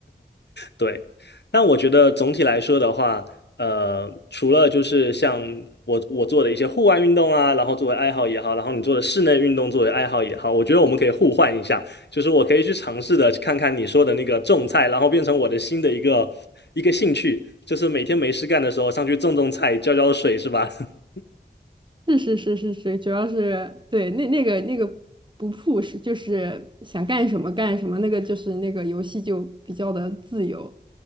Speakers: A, on the left; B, on the right.
A: 对，但我觉得总体来说的话，呃，除了就是像我我做的一些户外运动啊，然后作为爱好也好，然后你做的室内运动作为爱好也好，我觉得我们可以互换一下，就是我可以去尝试的看看你说的那个种菜，然后变成我的新的一个一个兴趣，就是每天没事干的时候上去种种菜，浇浇水，是吧？<laughs>
B: 是是是是是，主要是对那那个那个不 push，就是想干什么干什么，那个就是那个游戏就比较的自由。